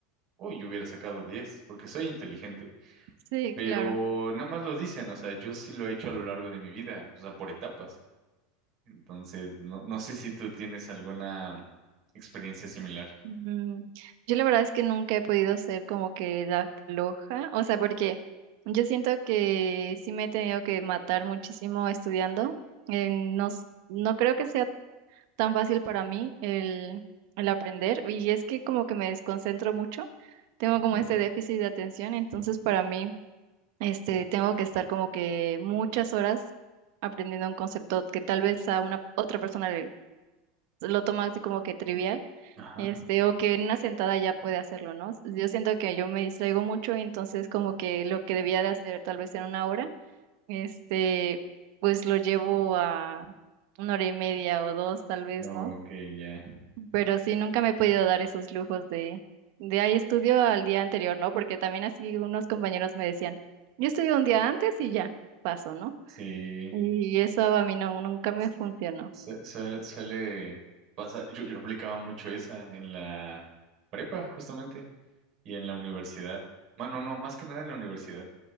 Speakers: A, on the right; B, on the right.
A: Uy, yo hubiera sacado 10, porque soy inteligente,
B: Sí,
A: pero
B: claro.
A: nada más lo dicen, o sea, yo sí lo he hecho a lo largo de mi vida, o sea, por etapas. Entonces, no, no sé si tú tienes alguna experiencia similar.
B: Mm, Yo la verdad es que nunca he podido ser como que la floja, o sea, porque yo siento que sí me he tenido que matar muchísimo estudiando. eh, no, s- no creo que sea tan fácil para mí el, el aprender y es que como que me desconcentro mucho, tengo
A: Okay.
B: como este déficit de atención, entonces para mí este, tengo que estar como que muchas horas aprendiendo un concepto que tal vez a una otra persona le- lo toma así como que trivial.
A: Ajá.
B: Este, o que en una sentada ya puede hacerlo, ¿no? Yo siento que yo me distraigo mucho y entonces como que lo que debía de hacer tal vez en una hora, este, pues lo llevo a una hora y media o dos tal vez,
A: No,
B: ¿no?
A: ok, ya.
B: Pero sí, nunca me he podido dar esos lujos de, de ahí estudio al día anterior, ¿no? Porque también así unos compañeros me decían, yo estudio un día antes y ya, paso, ¿no?
A: Sí,
B: Y eso a mí no, nunca me
A: su-
B: funcionó.
A: su- su- suele pasar. Yo, yo aplicaba mucho esa en la prepa, justamente, y en la universidad. Bueno, no, más que nada en la universidad.